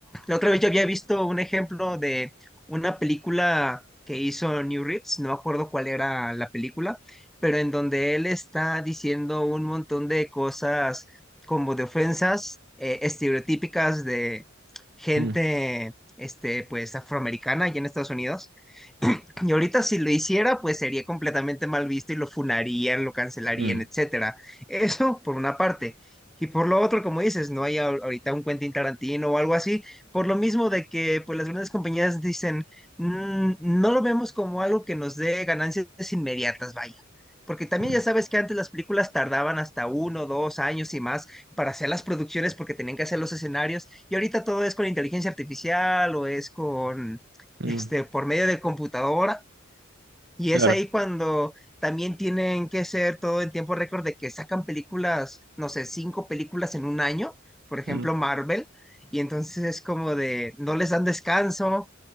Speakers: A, in the centre; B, on the right.
A: la otra vez yo había visto un ejemplo de una película que hizo New Reeves, no me acuerdo cuál era la película, pero en donde él está diciendo un montón de cosas como de ofensas eh, estereotípicas de gente,
B: mm,
A: este, pues afroamericana allá en Estados Unidos. <clears throat> Y ahorita si lo hiciera, pues sería completamente mal visto y lo funarían, lo cancelarían,
B: mm,
A: etcétera. Eso por una parte. Y por lo otro, como dices, no hay ahor- ahorita un Quentin Tarantino o algo así, por lo mismo de que pues las grandes compañías dicen, "Mm, no lo vemos como algo que nos dé ganancias inmediatas, vaya. Porque también
B: mm,
A: ya sabes que antes las películas tardaban hasta uno, dos años y más para hacer las producciones porque tenían que hacer los escenarios y ahorita todo es con inteligencia artificial o es con,
B: mm,
A: este, por medio de computadora y
B: claro.
A: es ahí cuando también tienen que ser todo en tiempo récord de que sacan películas, no sé, cinco películas en un año, por ejemplo,
B: Mm,
A: Marvel, y entonces es como de, no les dan descanso,